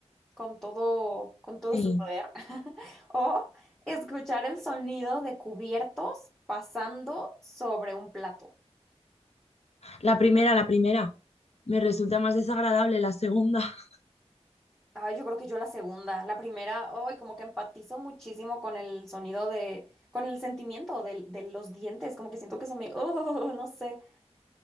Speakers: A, in the centre; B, on the left (about 65°).
A: con todo, con todo
B: Sí.
A: su poder, <laughs> o escuchar el sonido de cubiertos pasando sobre un plato.
B: La primera, la primera. Me resulta más desagradable la segunda. <laughs>
A: Ay, yo creo que yo la segunda, la primera, ay, como que empatizo muchísimo con el sonido de, con el sentimiento del- de, los dientes, como que siento que se me, <laughs> oh, no sé,